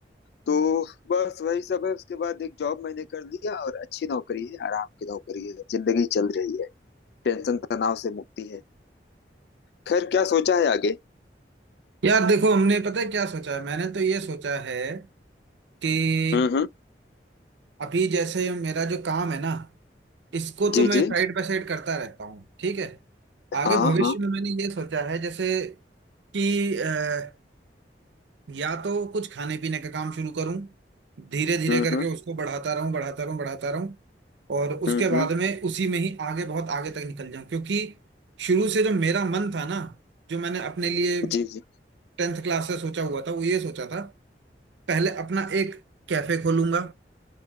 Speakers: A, on the left; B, on the right.
A: तो बस वही सब है उसके बाद एक जॉब मैंने कर लिया और अच्छी नौकरी है आराम की नौकरी है जिंदगी चल रही है टेंशन तनाव से मुक्ति है खैर क्या सोचा है आगे
B: यार देखो हमने पता है क्या सोचा है मैंने तो ये सोचा है कि
A: हम्म हम्म
B: अभी जैसे मेरा जो काम है ना इसको तो
A: जी
B: मैं
A: जी
B: साइड बाय साइड करता रहता हूँ ठीक है आगे
A: हाँ
B: भविष्य
A: हाँ
B: में मैंने ये सोचा है जैसे कि अ, या तो कुछ खाने पीने का काम शुरू करूँ धीरे धीरे
A: हम्म
B: करके
A: हम्म
B: उसको बढ़ाता रहूँ बढ़ाता रहूँ बढ़ाता रहूँ और उसके
A: हम्म
B: बाद
A: हम्म
B: में उसी में ही आगे बहुत आगे तक निकल जाऊं क्योंकि शुरू से जो मेरा मन था ना जो मैंने अपने लिए
A: जी जी
B: टेंथ क्लास से सोचा हुआ था वो ये सोचा था पहले अपना एक कैफे खोलूंगा